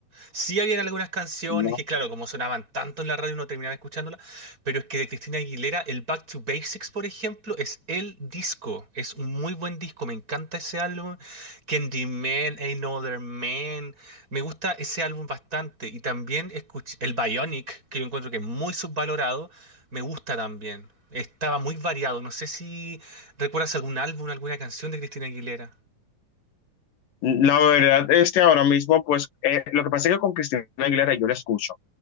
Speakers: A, on the right; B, on the left.
A: Sí habían algunas canciones
B: no,
A: que, claro,
B: no.
A: como sonaban tanto en la radio, uno terminaba escuchándolas, pero es que de Cristina Aguilera, el Back to Basics, por ejemplo, es el disco, es un muy buen disco, me encanta ese álbum, Candyman, Ain't No Other Man, me gusta ese álbum bastante, y también escuché el Bionic, que yo encuentro que es muy subvalorado, me gusta también, estaba muy variado, no sé si recuerdas algún álbum, alguna canción de Cristina Aguilera.
B: La verdad, este ahora mismo, pues, eh, lo que pasa es que con Cristina Aguilera yo la escucho.